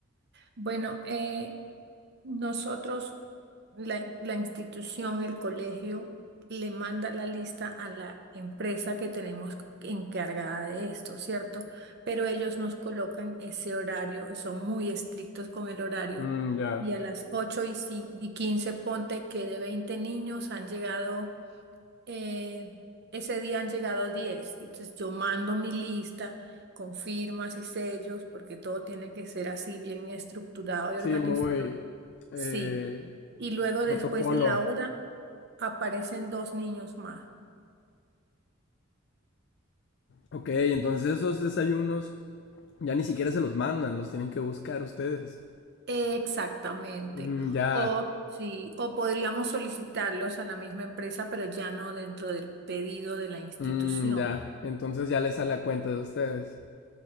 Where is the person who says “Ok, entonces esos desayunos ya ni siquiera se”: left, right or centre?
Left